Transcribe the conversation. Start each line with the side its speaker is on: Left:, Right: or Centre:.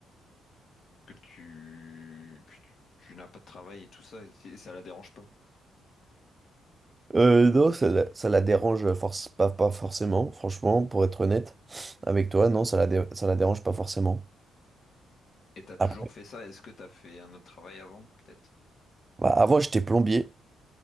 Left: que tu que tu, tu n'as pas de travail et tout ça. et Ça la dérange pas.
Right: Euh, non, ça, la ça la dérange force, pas, pas forcément, franchement, pour être honnête avec toi, non, ça la, dé- ça la dérange pas forcément.
Left: Et t'as toujours
Right: Après,
Left: fait ça? Est-ce que t'as fait un autre travail avant, peut-être?
Right: bah, avant j'étais plombier,